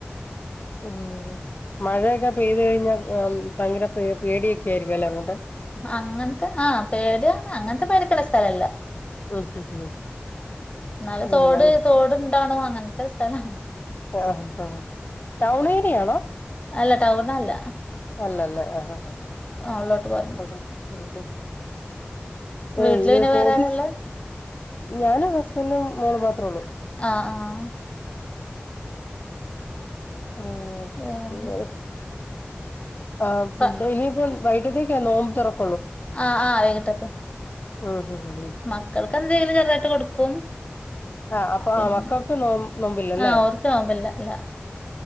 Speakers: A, on the left (about 50°); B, on the left (about 30°).
A: ഉം മഴയൊക്കെ പെയ്തുകഴിഞ്ഞാ ഭയങ്കര പ പേടിയൊക്കെ ആയിരിക്കും അല്ലേ അങ്ങോട്ട്
B: അങ്ങനത്തെ ആ പേടിയാണ് അങ്ങനത്തെ പേടിക്കുള്ള സ്ഥലല്ല
A: ഉം ഉം ഉം
B: നല്ല
A: ഉം
B: തോട്
A: ഉം
B: തോടുണ്ടണോ അങ്ങനത്തെ സ്ഥലം
A: ആഹ് ആഹ് ടൗൺ ഏരിയയാണോ
B: അല്ല ടൗൺ അല്ല
A: അല്ല അല്ല ആഹഹ
B: ഉള്ളോട്ട് പോരണം
A: ഉം ഉം
B: വീട്ടില് പിന്നെ
A: ഹോബീസ്
B: വേറാരാള്ളെ
A: ഞാനും ഹസ്ബൻഡും മോള് മാത്രേ ഉള്ളു
B: ആഹ് ആഹ
A: ആഹ്‌
B: വേറെ
A: <unintelligible> ആഹ്‌ ഫുഡ്
B: പ
A: ഇനിയിപ്പം വൈകിത്തേക്കാ നോമ്പ തുറക്ക
B: ആഹ്‌ ആഹ വൈകിട്ടത്ത്
A: ഉം ഹ് ഹ് ഹ്
B: മക്കൾക്ക് എന്തെലും ചെറുതായിട്ട് കൊടുക്കും
A: ആഹ്‌ അപ്പൊ
B: പിന്നെ
A: ആ മക്കൾക്ക് നോ നോമ്പില്ലല്ലേ
B: ആഹ് ഓർക്ക് നോമ്പില്ല ഇല്ല